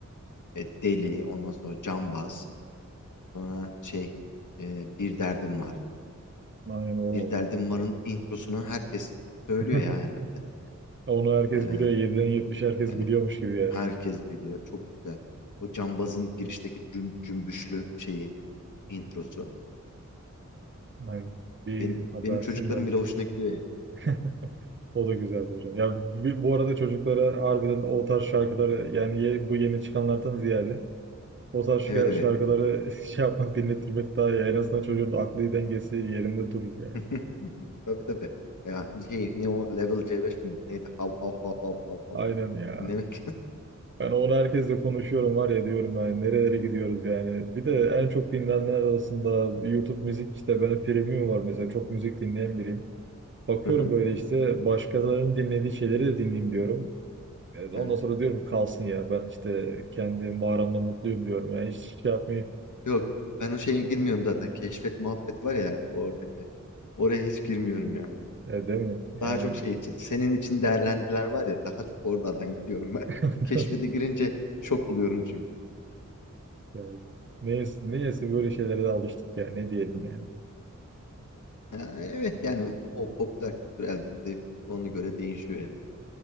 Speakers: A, on the left; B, on the right.
A: E, deli, ondan sonra cambaz, sonra şey e, bir derdim var.
B: Yani o
A: Bir derdim varın introsunu herkes söylüyor
B: <laughs>
A: ya herhalde.
B: onu herkes
A: E,
B: biliyor. 7'den 70 herkes
A: yani
B: biliyormuş gibi yani.
A: herkes biliyor. Çok güzel. O cambazın girişteki cüm, cümbüşlü şeyi, introsu.
B: Aynen. Bir
A: Benim,
B: habersin
A: benim çocuklarım
B: belki.
A: bile hoşuna gidiyor ya.
B: <laughs> O da güzeldi hocam. Ya bir- bu arada çocuklara harbiden o tarz şarkıları yani ye- bu yeni çıkanlardan ziyade o tarz şika-
A: Evet evet.
B: şarkıları <laughs> şey yapmak dinletilmek daha iyi. En azından çocuğun aklı dengesi yerinde durur yani.
A: <laughs> Tabii tabii. Ya şey ne o Level C5 mi? Neydi? Hav hav hav hav hav hav.
B: Aynen ya.
A: Dinlemek.
B: Ben onu herkesle konuşuyorum var ya diyorum yani nerelere gidiyoruz yani. Bir de en çok dinlenenler arasında YouTube müzik işte ben premium var mesela çok müzik dinleyen biriyim. Bakıyorum
A: <laughs> Hı hı.
B: böyle işte başkalarının dinlediği şeyleri de dinleyeyim diyorum. Evet, Ondan
A: Evet.
B: sonra diyorum ki kalsın ya ben işte kendi mağaramda mutluyum diyorum. Yani hiç şey yapmayayım.
A: Yok ben o şeye girmiyorum zaten. Keşfet muhabbeti var ya oradaki. Oraya hiç girmiyorum ya.
B: Ya, değil mi? Yani,
A: Daha çok şey için. Senin için değerlendiler var ya daha çok oralardan gidiyorum ben.
B: <laughs>
A: <laughs> Keşfete girince şok oluyorum çünkü.
B: yani neyse, neyse böyle şeylere de alıştık ya ne diyelim yani.
A: Ha, evet yani o popüler kültür elbette ona göre değişiyor ya.